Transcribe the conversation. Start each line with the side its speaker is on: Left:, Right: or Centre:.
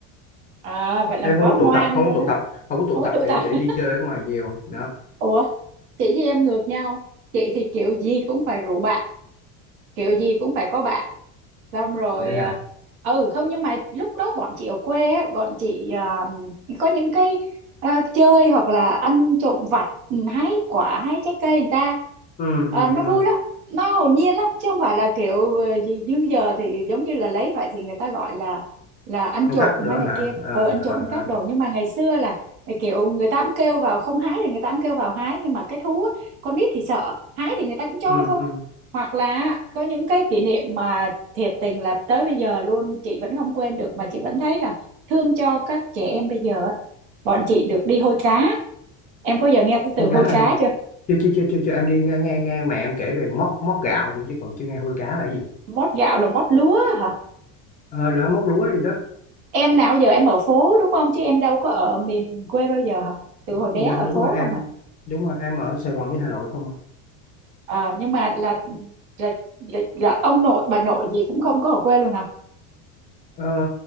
Right: à, vậy là
Left: em không
Right: quá
Left: có
Right: ngoan
Left: tụ tập không
Right: luôn
Left: có tụ
Right: á
Left: tập không có tụ
Right: ối
Left: tập
Right: tụ
Left: để
Right: tập
Left: để đi
Right: <laughs>
Left: chơi ở ngoài nhiều đó
Right: ủa chị với em ngược nhau chị thì kiểu gì cũng phải rủ bạn kiểu gì cũng phải có bạn xong rồi
Left: vậy hả
Right: à, ừ không nhưng mà lúc đó bọn chị ở quê á, bọn chị à, có những cái à, chơi hoặc là ăn trộm vặt ừ, hái quả hái trái cây người ta
Left: ừ
Right: à,
Left: ừ
Right: nó
Left: ừ
Right: vui lắm nó hồn nhiên lắm chứ không phải là kiểu ờ, gì như giờ thì giống như là lấy vậy thì người ta gọi là là ăn
Left: ăn
Right: trộm
Left: cắp nữa
Right: hay này
Left: hả
Right: kia
Left: à,
Right: ờ ăn trộm
Left: à,
Right: cắp
Left: à.
Right: đồ nhưng mà ngày xưa là ờ, kiểu người ta cũng kêu vào không hái thì người ta cũng kêu vào hái nhưng mà cái thú á, con nít thì sợ hái thì người ta cũng cho
Left: ừ
Right: thôi
Left: ừ
Right: hoặc là có những cái kỷ niệm mà thiệt tình là tới bây giờ luôn chị vẫn không quên được mà chị vẫn thấy là thương cho các trẻ em bây giờ á. bọn chị được đi hôi cá em có giờ nghe tới từ
Left: con
Right: hôi
Left: cá là
Right: cá chưa
Left: chưa chưa chưa chưa chưa em đi nghe nghe nghe mẹ em kể về móc móc gạo thôi chứ còn chưa nghe hôi cá là gì
Right: mót gạo là mót lúa hả
Left: ờ là móc lúa gì đó
Right: em nào giờ em ở phố đúng không chứ em đâu có ở miền quê bao giờ hả từ hồi
Left: dạ
Right: bé ở
Left: đúng
Right: phố
Left: rồi em
Right: không hả
Left: đúng rồi em ở Sài Gòn với Hà Nội không à
Right: Ờ, nhưng mà là là là, là ông nội bà nội gì cũng không có ở quê luôn hả
Left: ờ